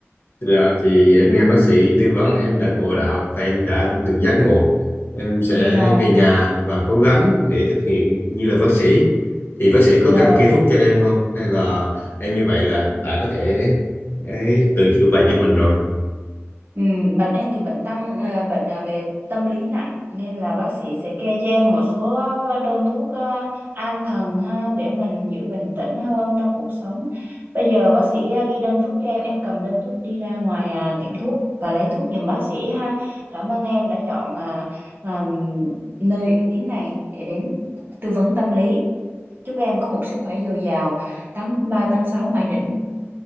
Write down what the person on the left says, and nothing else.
giờ thì em nghe bác sĩ tư vấn em đã ngộ đạo và em đã được giác ngộ. Em sẽ
về nhà và cố gắng để thực hiện như là bác sĩ. Thì bác sĩ có
cần kê thuốc cho em không? Hay là em như vậy là đã có thể ấy, tự chữa bệnh cho mình rồi.